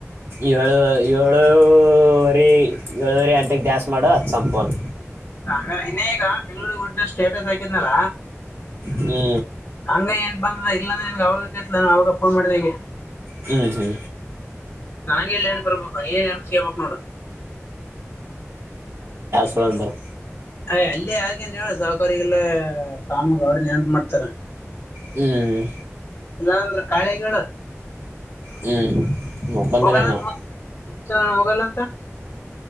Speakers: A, on the right; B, on the left.
A: ಏಳು ಏಳೂುವರಿ ಏಳೂುವರೆ ಅಂಟೆಗೆ ಸ್ ಮಾಡು ಅದು ಸಂಪೋನ್
B: ಗ ಇನ್ನ ಈಗ ಬೆಂಗಳೂರ್ ಹೊಂಟ ಸ್ಟೇಟಸ್ ಆಾಕಿದ್ನಲ
A: ಹ್ಞೂ
B: ಹಂಗ ಏನ್ ಬಂದ ಇಲ್ಲಾಂದ್ರೆ ನಿನ್ಗ ಅವಾಗ ಕೇಲ ನ ಅವಾಗ ಫೋನ್ ಮಾಡ್ದ ಈಗೆ
A: ಹ್ಮ್ ಹ
B: ನಂಗೆ ಇಲ್ಲನ ಪ್ರ ಸಿಪಕ್ ನೋಡು
A: ಸಲಂದರ್
B: ಅಯ ಅಲ್ಲೇ ಹಾಗೇನ್ ಹೇಳ ಸಾಹಕಿಗೆಲ್ಲ ಸಾಮಾಗ ಅವ್ರನ್ ಏನ್ ಮಾಡ್ತಾರ
A: ಹ್ಮ್
B: ಇಲ್ಲಾ ಅಂದ್ರ ಕಾಳೆಗ
A: ಹ್ಞೂ ಮುಖಂದನೇ
B: ಹೋಗಣ
A: ನಾವು
B: ಮ ಹೋಗಲ್ಲ ಅಂತ